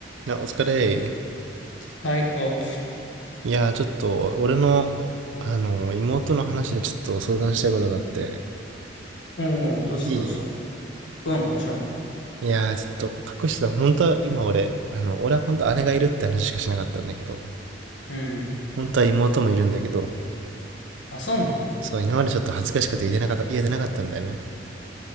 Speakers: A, on the right; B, on the left.
A: な、お疲れ。
B: はい、お、
A: いやー、ちょっと、俺の、あのー、妹の話でちょっと相談したいことがあって。
B: おうどうしたどうした
A: いい
B: うん、もちろん。
A: いやー、ちょっと、隠してた。本当は、今俺、あの、俺は本当姉がいるって話しかしなかったんだけど、
B: うん
A: 本当は妹もいるんだけど、
B: あ、そうなんだ。
A: そう、今までちょっと恥ずかしくて言えてなかった、言えてなかったんだよね。